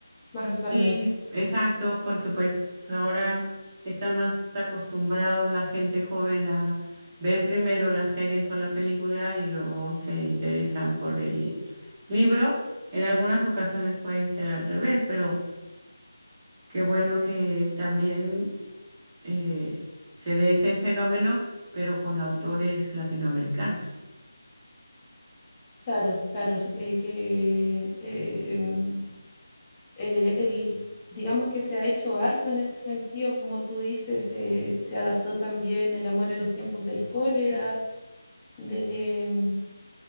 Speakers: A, on the left; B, on the right.
A: más actualmente.
B: Sí, exacto, porque pues ahora están más acostumbrados la gente joven a ver primero las series o la película y luego se interesan por el libro. En algunas ocasiones puede ser al revés, pero qué bueno que también eh, se dé ese fenómeno, pero con autores latinoamericanos.
A: Claro, claro, eh, que... em, el, el- digamos que se ha hecho harto en ese sentido, como tú dices, se, se adaptó también El amor en los tiempos del cólera, de,